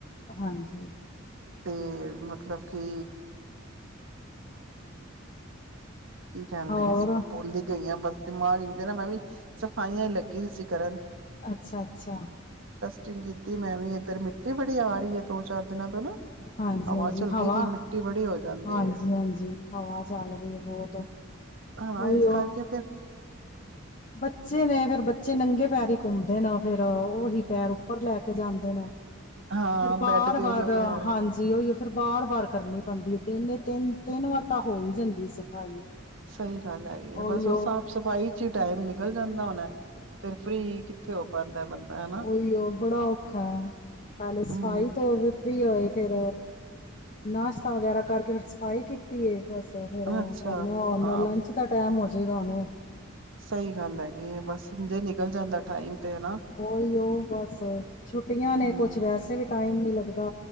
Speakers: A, on the left (about 40°); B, on the right (about 70°).
A: ਹਾਂਜੀ <unintelligible>
B: ਤੇ ਮਤਲਬ ਕਿ ਕੀ ਕਹਿਣ
A: ਹੋਰ
B: ਲੱਗੀ ਸੀ ਮੈਂ ਭੁੱਲ ਹੀ ਗਈ ਆ, ਬਸ ਦਿਮਾਗ <unintelligible> ਮੈਂ ਵੀ ਸਫਾਈਆਂ ਹੀ ਲੱਗ ਗੀ ਸੀ ਕਰਨ।
A: ਅੱਛਾ-ਅੱਛਾ।
B: ਚੰਗੀ ਦੀ ਮੈਂ ਵੀ ਇੱਧਰ ਮਿੱਟੀ ਬੜੀ ਆ ਰਹੀ ਹੈ ਦੋ-ਚਾਰ ਦਿਨਾਂ ਤੋਂ ਨਾ।
A: ਹਾਂਜੀ-ਹਾਂਜੀ
B: ਚਲਦੀ
A: ਹਵਾ,
B: ਪਈ ਮਿੱਟੀ ਬੜੀ ਹੋ ਜਾਂਦੀ
A: ਹਾਂਜੀ-ਹਾਂਜੀ
B: ਹੈ
A: ਹਵਾ ਚੱਲ ਰਹੀ ਏ ਬਹੁ ਬਹੁਤ
B: ਹਾਂ
A: ਉਹੀ
B: ਇਸ
A: ਉਹ
B: ਕਰਕੇ ਫਿਰ
A: ਬੱਚੇ ਨੇ ਅਗਰ ਬੱਚੇ ਨੰਗੇ ਪੈਰੀ ਘੁੰਮਦੇ ਨੇ ਫਿਰ ਉਹ ਉਹੀ ਪੈਰ ਉੱਪਰ ਲੈ ਕੇ ਜਾਂਦੇ ਨੇ।
B: ਹਾਂ
A: ਫਿਰ ਵਾਰ-ਵਾਰ
B: ਬੈਡ ਤੇ ਉਹੀਓ ਪੈਰ
A: ਹਾਂਜੀ ਉਹੀ ਫਿਰ ਵਾਰ-ਵਾਰ ਕਰਨੀ ਪੈਂਦੀ। ਤਿਨ ਦੇ ਤਿੰਨ ਤਿੰਨ ਵਾਰ ਤਾਂ ਹੋ ਹੀ ਜਾਂਦੀ ਸਫ਼ਾਈ।
B: ਸਹੀ ਗੱਲ ਹੈਗੀ ਆ
A: ਉਹੀਓ
B: ਬਸ ਉਹ ਸਾਫ਼ ਸਫ਼ਾਈ ਚ ਟਾਈਮ ਨਿਕਲ ਜਾਂਦਾ ਹੋਣਾ ਫੇਿਰ ਫਰੀ ਕਿੱਥੇ ਹੋ ਪਾਉਂਦਾ ਬੰਦਾ ਹਨਾ
A: ਉਹੀ ਉਹ ਬੜਾ ਔਖਾ ਹੈ ਪੈਲੇ ਸਫਾਈ
B: ਹਮ
A: ਤੋਂ ਫਰੀ ਹੋਏ ਫਿਰ ਨਾਸ਼ਤਾ ਵਗੈਰਾ ਕਰਕੇ ਫਿਰ ਸਫਾਈ ਕੀਤੀ ਹੈ ਬੱਸ ਫਿਰ
B: ਅੱਛਾ ਹਾਂ
A: ਲੰਚ ਦਾ ਟਾਈਮ ਹੋ ਜਾ ਜ੍ਹਾਣੇ
B: ਸਹੀ ਗੱਲ ਹੈਗੀ ਬਸ ਜੇ ਨਿਕਲ ਜਾਂਦਾ ਟਾਈਮ ਤੇ ਹੈਾ
A: ਉਹੀ ਉਹ ਬਸ ਛੁੱਟੀਆਂ ਨੇ
B: ਹਮ
A: ਕੁਛ ਵੈਸੇ ਵੀ ਟਾਈਮ ਨੀ ਲੱਗਦਾ